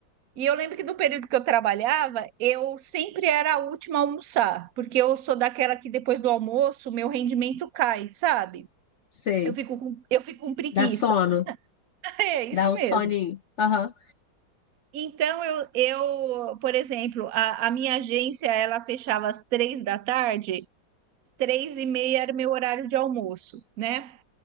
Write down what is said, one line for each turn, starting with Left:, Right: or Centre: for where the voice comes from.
Right: E eu lembro que no período que eu trabalhava, eu sempre era a última a almoçar, porque eu sou daquela que depois do almoço, meu rendimento cai, sabe?
Left: sei.
Right: Eu fico com, eu fico com preguiça.
Left: Dá sono,
Right: <laughs> É isso
Left: dá um
Right: mesmo.
Left: soninho. Aham,
Right: Então, eu, eu, por exemplo, a, a minha agência, ela fechava às três da tarde três e meia era meu horário de almoço, né?